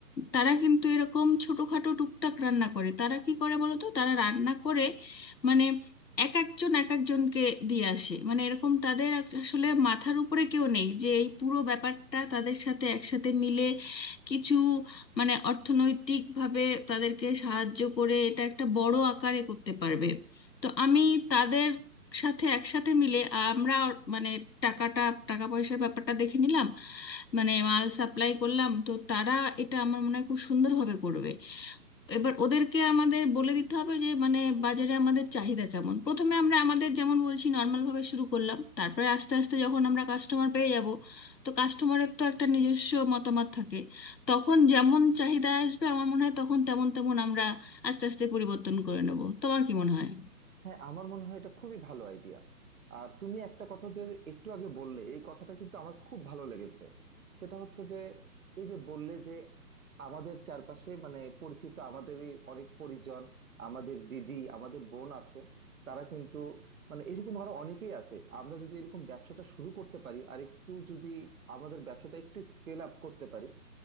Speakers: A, on the left; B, on the right.
A: তারা কিন্তু এরকম ছোটখাটো টুকটাক রান্না করে তারা কি করে বলো তো তারা রান্না করে মানে এক একজন এক একজনকে দিয়ে আসে মানে এরকম তাদের আস- আসলে মাথার উপরে কেউ নেই যে এই পুরো ব্যাপারটা তাদের সাথে একসাথে মিলে কিছু মানে অর্থনৈতিকভাবে তাদেরকে সাহায্য করে এটা একটা বড় আকারে করতে পারবে তো আমি তাদের সাথে একসাথে মিলে আমরা মানে টাকাটা টাকা পয়সার ব্যাপারটা দেখে নিলাম মানে মাল সাপ্লাই করলাম তো তারা এটা আমার মনে হয় খুব সুন্দরভাবে করবে এবার ওদেরকে আমাদের বলে দিতে হবে যে মানে বাজারে আমাদের চাহিদা কেমন প্রথমে আমরা আমাদের যেমন বলছি নর্মাল ভাবে শুরু করলাম তারপরে আস্তে আস্তে যখন আমরা কাস্টমার পেয়ে যাব তো কাস্টমারের তো একটা নিজস্ব মতামত থাকে তখন যেমন চাহিদা আসবে আমার মনে হয় তখন তেমন তেমন আমরা আস্তে আস্তে পরিবর্তন করে নেব তোমার কি মনে হয়
B: হ্যাঁ আমার মনে হয় এটা খুবই ভালো আইডিয়া আর তুমি একটা কথা যে একটু আগে বললে এই কথাটা কিন্তু আমার খুব ভালো লেগেছে সেটা হচ্ছে যে এই যে বললে যে আমাদের চারপাশে মানে পরিচিত আমাদেরই অনেক পরিজন আমাদের দিদি আমাদের বোন আছে তারা কিন্তু মানে এরকম আরো অনেকেই আছে আমরা যদি এরকম ব্যবসাটা শুরু করতে পারি আর একটু যদি আমাদের ব্যবসাটা একটু স্কেল আপ করতে পারি